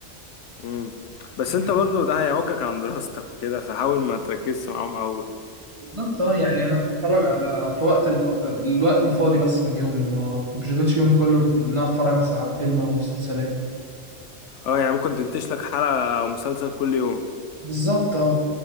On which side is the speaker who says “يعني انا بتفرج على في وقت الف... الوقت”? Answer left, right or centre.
Right